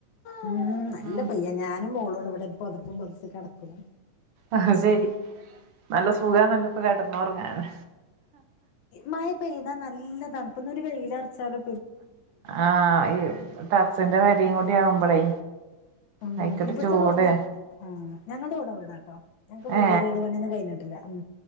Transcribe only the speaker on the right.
ഉം
ആഹ് ശരി നല്ല സുഖാണല്ലൊപ്പ കെടന്നൊറങ്ങാന്
ആഹ് ഈ ടറസിന്റെ പെരീം കൂടി ആവുമ്പോളേ
അയിക്കൊരു
ചൂട്
ഏ